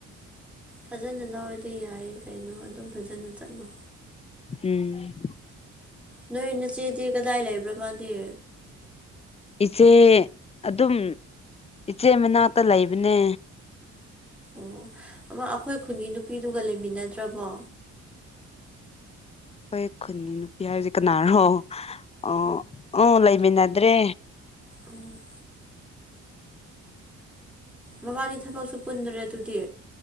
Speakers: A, in the centre; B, on the left.
A: ꯐꯖꯅ ꯂꯧꯔꯗꯤ ꯌꯥꯏꯌꯦ ꯀꯩꯅꯣ ꯑꯗꯨꯝ ꯐꯖꯅ ꯆꯠꯂꯣ
B: ꯎꯝ
A: ꯅꯣꯏ ꯅꯆꯦꯗꯤ ꯀꯗꯥꯏ ꯂꯩꯕ꯭ꯔ ꯃꯥꯗꯤ
B: ꯏꯆꯦ ꯑꯗꯨꯝ ꯏꯆꯦ ꯃꯅꯥꯛꯇ ꯂꯩꯕꯅꯦ
A: ꯑꯣ ꯑꯃ ꯑꯩꯈꯣꯏ ꯈꯨꯟꯒꯤ ꯅꯨꯄꯤꯗꯨꯒ ꯂꯩꯃꯤꯟꯅꯗ꯭ꯔꯕꯣ
B: ꯑꯩꯈꯣꯏ ꯈꯨꯟꯒꯤ ꯅꯨꯄꯤ ꯍꯥꯏꯕꯁꯤ ꯀꯅꯥꯔꯣ ꯑꯣ ꯎ ꯂꯩꯃꯤꯟꯅꯗ꯭ꯔꯦ
A: ꯎꯝ ꯃꯕꯥꯅꯤ ꯊꯕꯛꯁꯨ ꯄꯨꯟꯗ꯭ꯔꯦ ꯑꯗꯨꯗꯤ